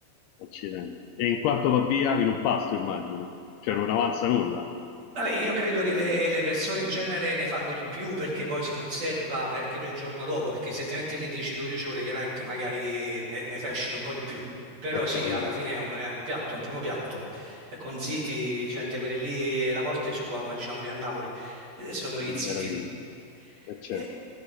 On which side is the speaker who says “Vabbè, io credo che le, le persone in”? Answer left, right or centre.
Right